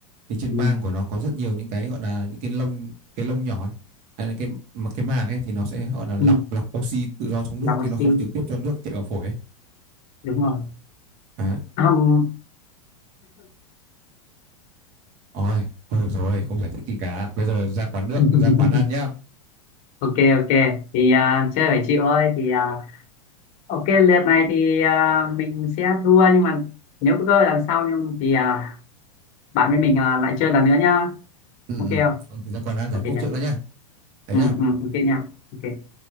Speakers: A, on the right (about 45°); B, on the left (about 45°).
A: Thì trên
B: ừ,
A: mang của nó có rất nhiều những cái gọi là những cái lông cái lông nhỏ ấy. Hay cái mà cái màng ấy thì nó sẽ gọi là lọc
B: ừ,
A: lọc oxy tự do trong nước
B: lọc
A: chứ
B: oxy
A: nó không trực tiếp cho nước chạy vào phổi ấy.
B: đúng không
A: Đấy.
B: Ừm.
A: Ôi, thôi được rồi, không giải thích gì cả. Bây giờ ra quán nước,
B: <laughs>
A: ra quán ăn nhá.
B: ok ok thì à, chơi phải chịu thôi thì à, Ok lượt này thì à, mình sẽ thua nhưng mà nếu có cơ hội lần sau nhưng thì à, bạn với mình à, lại chơi lần nữa nhá.
A: ừ
B: Ok không?
A: ừ Ra quán ăn
B: Ok
A: giải quyết
B: nha.
A: trước đã nhá. Đấy
B: Ừ,
A: nhá.
B: ừ, ok nha. Ok.